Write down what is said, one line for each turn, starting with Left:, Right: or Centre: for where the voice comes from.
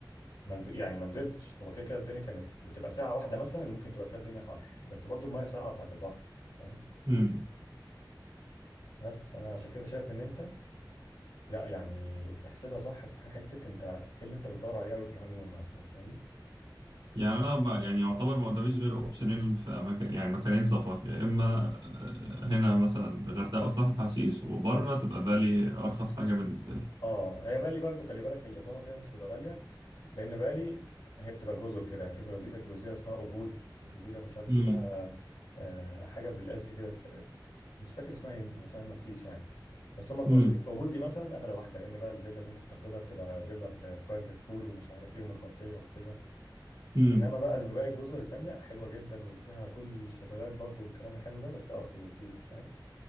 Left: منزل يعني ما نزلتش هو كده كده الدنيا كانت بتبقى ساعة واحدة مثلا اللي ممكن تبقى فيها الدنيا حر بس برضو المية ساقعة بتاعت البحر فاهم
Right: هم.
Left: بس فأنا عشان كده شايف إن أنت لا يعني احسبها صح في حتة أنت إيه اللي أنت بتدور عليه أوي في الهانيمون مثلا فاهمني
Right: يعني أنا ب... يعني يعتبر ما قداميش غير أوبشنين في مكان يعني مكانين سفر يا إما آه، هنا مثلا غردقة وسهل حشيش وبره تبقى بالي أرخص حاجة بالنسبة لي
Left: اه هي بالي برضو خلي بالك الاقامه فيها مش هتبقى غاليه لان بالي هي بتبقى جزر كده يعني في جزيره جزيرة اسمها أبود جزيره مش عارف اسمها
Right: هم.
Left: آه، حاجه بالاس كده س- مش فاكر اسمها ايه مش عارف مفتيش يعني بس هما
Right: هم.
Left: جزر أبود دي مثلا اغلى واحده لان بقى الفيلا اللي انت بتاخدها بتبقى فيلا برايفت بول ومش عارف ايه ومتغطيه وكده
Right: هم.
Left: انما بقى باقي الجزر التانيه حلوه جدا وفيها كل الشلالات برضو والكلام الحلو ده بس ارخص بكتير فاهم